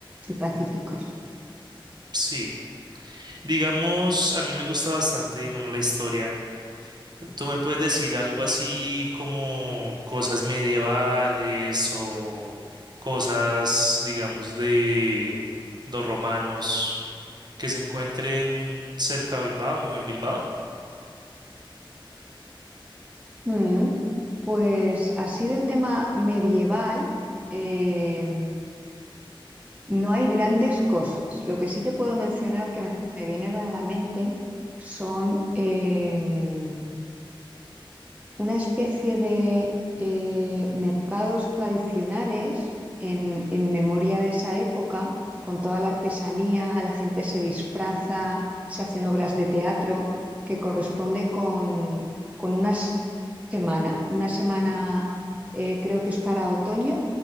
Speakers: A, on the right (about 15°); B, on the right (about 50°).
A: y pacíficos.
B: Sí. Digamos, a mí me gusta bastante, digamos, la historia. ¿Tú me puedes decir algo así como cosas medievales o cosas, digamos, de los romanos que se encuentren cerca de Bilbao o en Bilbao?
A: Mm, Pues así del tema medieval, eh, no hay grandes cosas. Lo que sí te puedo mencionar que me, me vienen a la mente son em, una especie de eh, mercados tradicionales en, en memoria de esa época, con toda la artesanía, la gente se disfraza, se hacen obras de teatro, que corresponde con, con una s- semana. Una semana eh, creo que es para otoño,